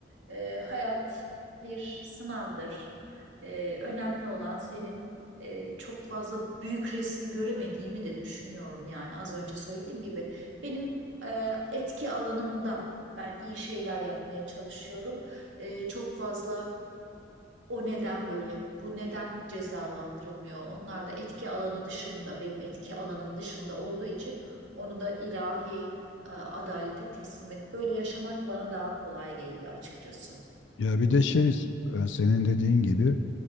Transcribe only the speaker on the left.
Ya bir de şey, e, senin dediğin gibi.